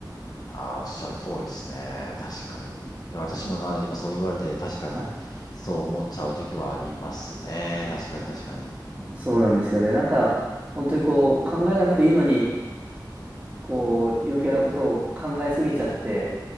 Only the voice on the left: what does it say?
ああ、おっしゃる通りですね。確かに。私もな、今そう言われて、確かに、
そう思っちゃう時はありますね。確かに、確かに。うん。